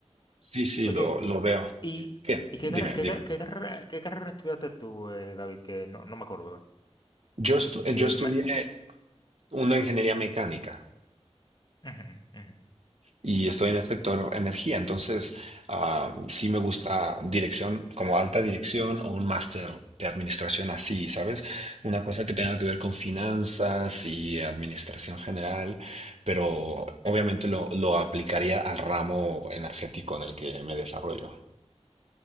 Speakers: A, on the right; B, on the left.
A: Sí, sí,
B: Oye,
A: lo, lo veo.
B: ¿y,
A: Bien,
B: y qué,
A: dime,
B: carre- qué,
A: dime.
B: ca- qué carrera, qué carrera estudiaste tú, eh, David? Que no, no me acuerdo. eh.
A: Yo, estu-
B: Eh,
A: eh, yo estudié
B: ma-
A: una ingeniería mecánica
B: Ujú, ujú.
A: y estoy en el sector energía, entonces ah, sí me gusta dirección, como alta dirección o un máster de administración así, ¿sabes? Una cosa que tenga que ver con finanzas y administración general, pero obviamente
B: Ujú.
A: lo, lo aplicaría al ramo energético en el que me desarrollo.